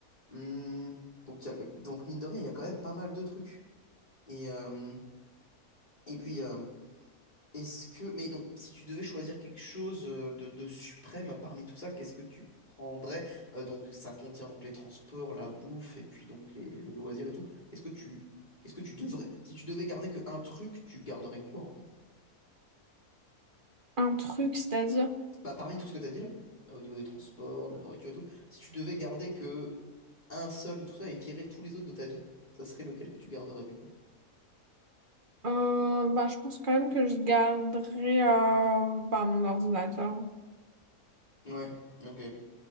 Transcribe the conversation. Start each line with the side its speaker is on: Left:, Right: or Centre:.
Left: Hmm, donc, y a- donc, mine de rien, il y a quand même pas mal de trucs. Et, euh, et puis, euh, est-ce que. Mais donc, si tu devais choisir quelque chose euh, de, de suprême parmi tout ça, qu'est-ce que tu prendrais? Euh, donc, ça contient donc les transports, la bouffe, et puis donc les, le loisir et tout. Qu'est-ce que tu. Qu'est-ce que tu devrais. Si tu devais garder que un truc, tu garderais quoi, en fait
Right: Un truc, c'est-à-dire,
Left: Bah, parmi tout ce que t'as dit là, euh, au niveau des transports, de la nourriture et tout, si tu devais garder que un seul de tout ça et virer tous les autres de ta vie, ça serait lequel que tu garderais du coup?
Right: euh, bah, je pense quand même que je garderai euh, bah, mon ordinateur.
Left: Ouais, ok.